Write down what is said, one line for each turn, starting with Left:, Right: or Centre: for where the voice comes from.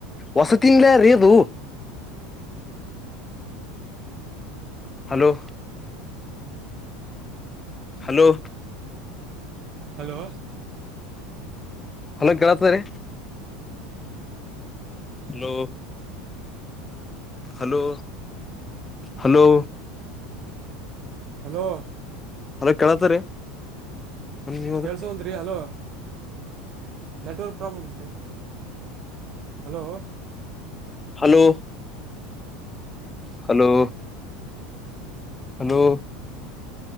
Left: ವಸತಿಲ್ಲ ರದು ಹಲೋ ಹಲೋ
Right: ಹಲೋ
Left: ಹಲೋ ಕೇಳತರಿ hello hello hello
Right: hello
Left: hello ಕೇಳತರಿ ಕೇಳತಿ
Right: ಕೇಳಿಸೋಲ್ದ್ರಿ ಹಲೋ ನೆಟ್ವರ್ಕ್ ಪ್ರಾಬ್ಲಮ್ ರೀ ಹಲೋ
Left: ಹಲೋ ಹಲೋ ಹಲೋ